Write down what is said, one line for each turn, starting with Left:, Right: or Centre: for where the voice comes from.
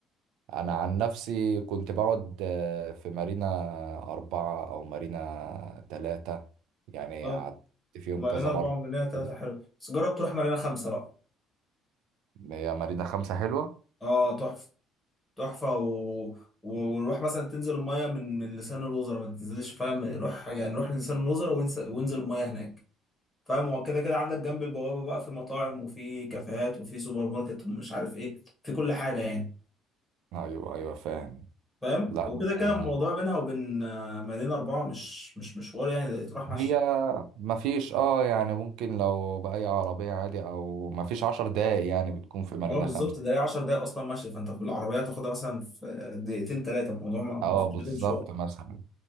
Right: انا عن نفسي كنت بقعد آه، في مارينا أربعة او مارينا تلاتة يعني
Centre: اه
Right: قعدت فيهم
Centre: مارينا
Right: كذا
Centre: أربعة
Right: مرة
Centre: ومارينا ثلاثة
Right: كده
Centre: حلو بس جرب تروح مارينا خمسة بقى
Right: هي مارينا خمسة حلوة
Centre: اه تحفة تحفة و... ونروح مثلا تنزل المية من من لسان الوزراء ما تنزلش فاهم روح يعني روح لسان الوزراء وانزل وانزل المية هناك فاهم هو كده كده عندك جنب البوابة بقى في مطاعم وفي كافيهات وفي سوبر ماركت ومش عارف ايه في كل حاجة يعني
Right: ايوه ايوه فاهم
Centre: فاهم
Right: لا
Centre: وكده كده
Right: آه،
Centre: الموضوع بينها وبين آه، مدينة أربعة مش مش مشوار يعني ده يتراح مشي
Right: هي مفيش اه يعني ممكن لو بأي عربية عادي او مفيش عشر دقايق يعني بتكون في مارينا
Centre: هو بالظبط
Right: خمسة
Centre: ده هي 10 دقايق أصلا مشي فأنت في العربية تاخدها مثلا في دقيقتين تلاتة الموضوع ما ما
Right: اه
Centre: فيهوش
Right: بالظبط
Centre: أي مشوار
Right: مثلا